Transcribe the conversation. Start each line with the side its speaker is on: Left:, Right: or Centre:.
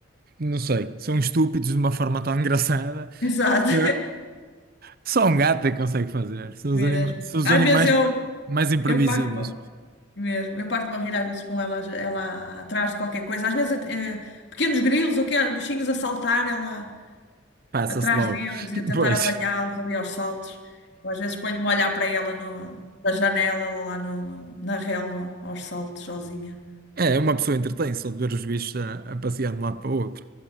Right: Não sei, são estúpidos de uma forma tão engraçada.
Left: exato,
Right: que Só um gato é que consegue fazer.
Left: <laughs>
Right: São
Left: mesmo.
Right: os anima- são os
Left: Às
Right: animais
Left: vezes eu,
Right: mais imprevisíveis.
Left: eu parto-me, mesmo, eu parto-me a rir às vezes com ela, ela atrás de qualquer coisa, às vezes eh, pequenos grilos ou quê, bichinhos a saltar, ela
Right: Passa-se
Left: atrás
Right: logo.
Left: deles
Right: <laughs>
Left: e a tentar
Right: Pois.
Left: apanhá-los ali aos saltos, eu, às vezes ponho-me a olhar para ela no, da janela, lá no, no- na relva, aos saltos, sozinha,
Right: É, uma pessoa entretém só de ver os bichos a, a passear de um lado para o outro.